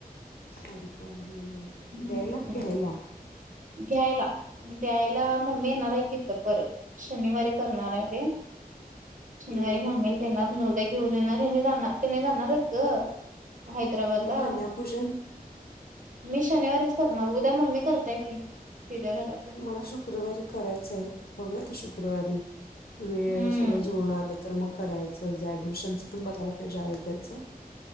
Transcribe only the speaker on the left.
अधिक <unintelligible> हम्म
देयला की हला.
हम्म
कन्यापूजन.
मला शुक्रवारी करायचंय बघूुक शुक्र फेक्रवारी. वेळ
सगळं जोडून आलं तर मग. करायचं जे ॲडमिशनचं पण बघायला पाहिजे आयोध्याचं.